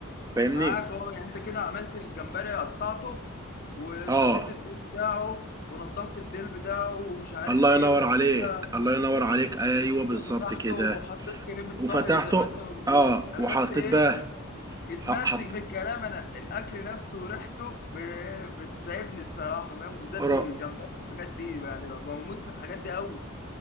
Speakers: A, on the right; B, on the left.
A: فاهمني
B: معاك اه يعني انت كده عملت الجمبري قطعته وشديت
A: اه
B: الديل بتاعه ونضفت الديل بتاعه ومش عارف
A: الله
B: ايه
A: ينور
B: وبعد
A: عليك
B: كده
A: الله ينور عليك ايوه بالظبط
B: وفتحته
A: كده
B: وحطيت كريمه
A: وفتحته
B: طهي زي ما انت ما بتقول
A: اه
B: انا
A: وحطيت
B: بس ايه
A: بقى
B: بتمزج
A: ح- حط
B: بالكلام انا الاكل نفسه وريحته ب- بتتعبني الصراحه فاهم بالذات
A: قرا
B: الجمبري والحاجات دي يعني بموت في الحاجات دي قوي